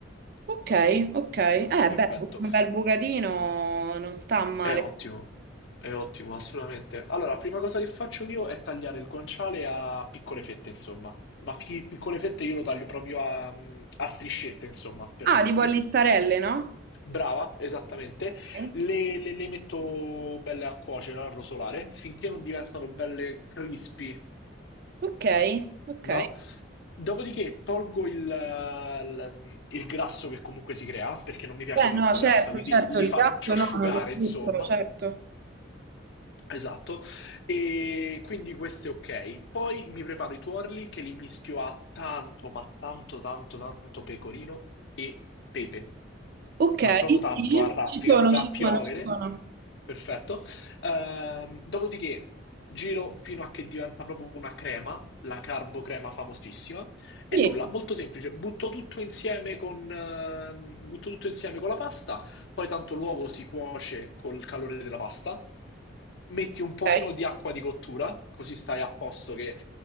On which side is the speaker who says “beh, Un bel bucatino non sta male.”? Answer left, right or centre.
Right